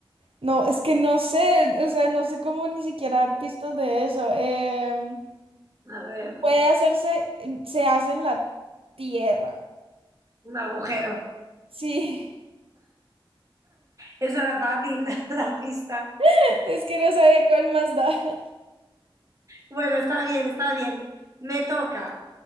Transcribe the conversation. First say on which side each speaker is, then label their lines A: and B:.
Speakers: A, on the right; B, on the right.
A: no, es que no sé, o sea, no sé cómo ni siquiera dar pistas de eso. Em,
B: A ver,
A: puede hacerse, se hace en la tierra.
B: un agujero.
A: Sí,
B: Esa era fácil, <laughs> la pista.
A: <laughs> es que no sabía cuál más da. <laughs>
B: Bueno, está bien, está bien. Me toca.